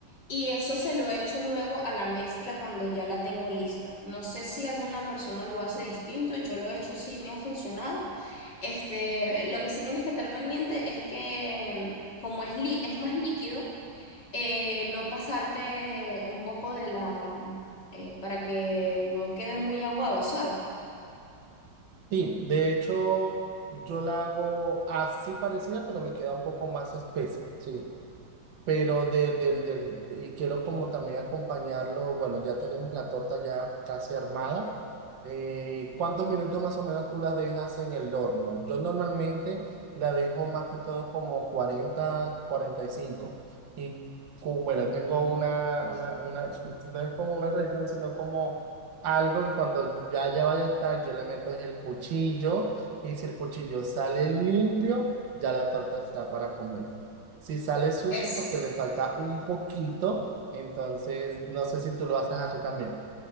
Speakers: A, on the left; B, on the right.
A: y eso se lo echo luego a la mezcla cuando ya la tengo lista. No sé si alguna persona lo hace distinto, yo lo he hecho así, me ha funcionado. Este, lo que sí tienes que estar pendiente es que, mm, como es, li- es más líquido, eh, no pasarte eh, un poco de la, mm, eh, para que no quede muy aguado, ¿sabes?
B: Sí, de hecho, yo la hago así parecida, pero me queda un poco más espesa. Sí. Pero del, del, del, y quiero como también acompañarlo, bueno, ya tenemos la torta ya casi armada. Eh, ¿cuántos minutos más o menos tú la dejas en el horno? Yo normalmente la dejo más que todo como 40, 45. Y cinco. Y cu- bueno, tengo una, una, una, <laughs> no es como una tradición, sino como algo que cuando ya, ya vaya a estar, yo le meto es el cuchillo y si el cuchillo sale limpio, ya la torta está para comer. Si sale sucio
A: Es,
B: porque le falta un poquito, entonces no sé si tú lo haces así también.